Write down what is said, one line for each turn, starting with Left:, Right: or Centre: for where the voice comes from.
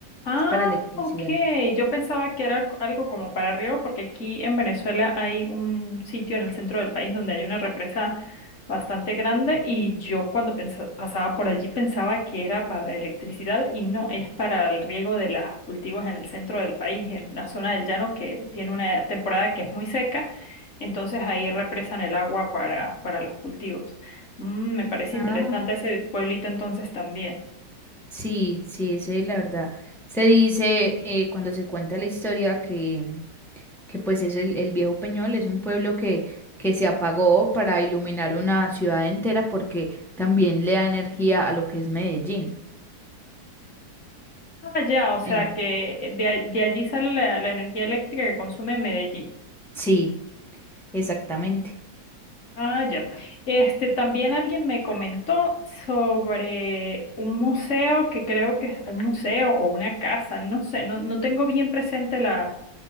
Left: Ah,
Centre: es para electricidad.
Left: ok. Yo pensaba que era algo algo como para arriba, porque aquí en Venezuela hay un sitio en el centro del país donde hay una represa bastante grande y yo cuando pensa- pasaba por allí pensaba que era para electricidad y no, es para el riego de los cultivos en el centro del país, en la zona del llano que tiene una temporada que es muy seca, entonces ahí represan el agua para, para los cultivos. Mm, me parece
Centre: Ah,
Left: interesante ese pueblito entonces también.
Centre: sí, sí, ese, la verdad. Se dice eh, cuando se cuenta la historia que que pues es el, el Viejo Peñol, es un pueblo que, que se apagó para iluminar una ciudad entera porque también le da energía a lo que es Medellín.
Left: Ah, ya, o sea
Centre: En-
Left: que de, a- de allí sale la, la energía eléctrica que consume Medellín.
Centre: sí, exactamente.
Left: Ah, ya. Este, también alguien me comentó sobre un museo que creo que es un museo o una casa, no sé, no, no tengo bien presente la,